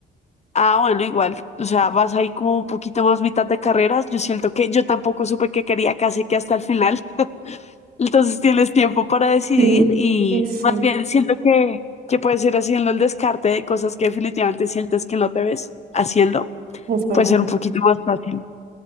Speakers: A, on the left (about 35°); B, on the right (about 50°).
A: Ah, bueno, igual, o sea, vas ahí como un poquito más mitad de carreras. Yo siento que yo tampoco supe que quería casi que hasta el final. <laughs> Entonces tienes tiempo para decidir
B: Sí,
A: y
B: sí, sí,
A: más bien siento que, que puedes ir haciendo el descarte de cosas que definitivamente sientes que no te ves haciendo
B: es verdad.
A: puede ser un poquito más fácil.